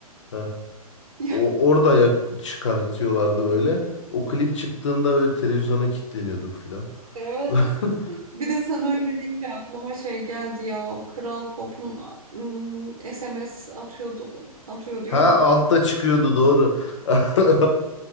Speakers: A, on the left; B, on the right.
A: Heh.
B: <laughs>
A: O
B: Ya,
A: orada ya çıkartıyorlardı böyle. O klip çıktığında böyle televizyona kilitleniyorduk filan.
B: evet.
A: <laughs>
B: Bir de sana öyle deyince aklıma şey geldi ya. Kral Pop'un ım, SMS atıyordu. Atıyordu
A: Ha
B: ya millet.
A: altta çıkıyordu doğru. <laughs>